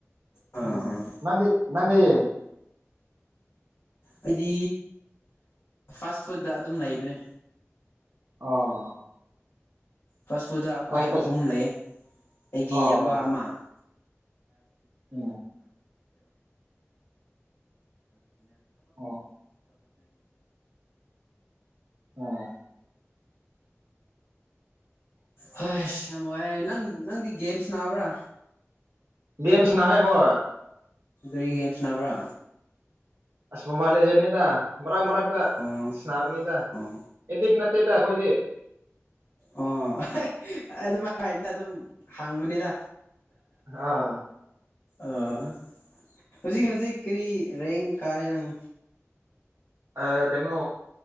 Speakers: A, on the left; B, on the right.
A: ꯑꯥ
B: ꯑꯪ ꯅꯪꯗꯤ ꯅꯪꯗꯤ
A: ꯑꯩꯗꯤ ꯐꯥꯁ ꯐꯨꯗꯠꯇ ꯑꯗꯨꯝ ꯂꯩꯕꯅꯦ
B: ꯑꯣ
A: ꯐꯥꯁꯠ ꯐꯨꯗ ꯑꯩꯈꯣꯏ
B: ꯑꯁ
A: ꯑꯍꯨꯝ ꯂꯩ ꯑꯩꯒꯤ
B: ꯑꯣ
A: ꯏꯌꯥꯝꯕ
B: ꯑꯣ
A: ꯑꯃ <unintelligible> <unintelligible>
B: ꯎꯝ ꯑꯣ ꯑꯣ
A: ꯍꯣꯏ ꯁ ꯌꯥꯝ ꯋꯥꯏꯔꯦ ꯅꯪ ꯅꯪꯗꯤ ꯒꯦꯝꯁ ꯁꯥꯅꯕ꯭ꯔꯥ
B: ꯒꯦꯝ ꯁꯥꯅꯌꯦ ꯍꯣꯏ
A: ꯀꯔꯤ ꯒꯦꯝ ꯁꯥꯅꯥꯕ꯭ꯔꯥ
B: ꯑꯁ ꯃꯣꯕꯥꯢꯜ ꯂꯦꯖꯦꯟꯅꯤꯗ ꯃꯔꯛ ꯃꯔꯛꯇ
A: ꯑꯣ
B: ꯁꯥꯅꯥꯕꯅꯤꯗꯥ
A: ꯑꯣ
B: ꯑꯦꯗꯤꯛ ꯅꯠꯇꯦꯗ ꯑꯩꯈꯣꯏꯗꯤ
A: ꯑꯣ ꯑꯗꯨꯃꯥꯏ ꯍꯥꯏꯗꯅ ꯑꯗꯨꯝ ꯍꯪꯕꯅꯤꯅ
B: ꯑꯥ
A: ꯑꯥ ꯍꯧꯖꯤꯛ ꯍꯧꯖꯤꯛ ꯀꯔꯤ ꯔꯦꯡ ꯀꯥꯔꯦ ꯅꯪ
B: ꯑꯥ ꯀꯩꯅꯣ